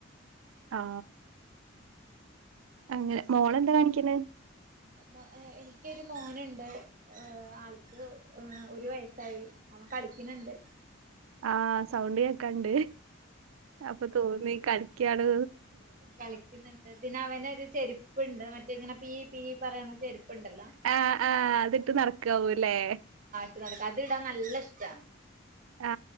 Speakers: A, on the right (about 80°); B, on the right (about 40°).
A: ആ അങ്ങനെ മോളെന്താ കാണിക്കണ്
B: മ എനിക്കൊരു മോനുണ്ട് ഏ ആൾക്ക് ഒരു വയസായി അവൻ കളിക്കണ്ണ്ട്
A: ആഹ സൗണ്ട്‌ കേക്കാണ്ട് അപ്പൊ തോന്നി കളിക്കാണ്
B: കളിക്കുന്നുണ്ട് പിന്നെ അവനൊരു ചെരുപ്പുണ്ട് മറ്റ ഇങ്ങനെ പീ പി പറയണ ചെരുപ്പുണ്ടല്ലോ
A: ആഹ് ആഹ് അതിട്ട് നടക്കാവൊല്ലേ
B: ഇട്ട് നടക്ക അത് ഇടാൻ നല്ല ഇഷ്ട
A: ആ